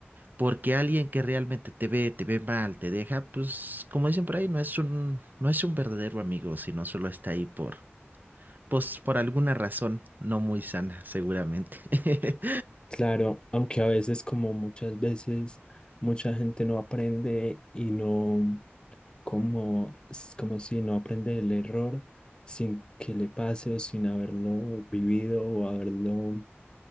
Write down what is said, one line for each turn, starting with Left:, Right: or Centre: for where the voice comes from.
Right: porque alguien que realmente te ve, te ve mal, te deja, pues como dicen por ahí, no es un, no es un verdadero amigo, sino solo está ahí por. Pues por alguna razón no muy sana, seguramente. <laughs>
Left: Claro, aunque a veces, como muchas veces, mucha gente no aprende y no, como, es como si no aprende el error sin que le pase o sin haberlo vivido o haberlo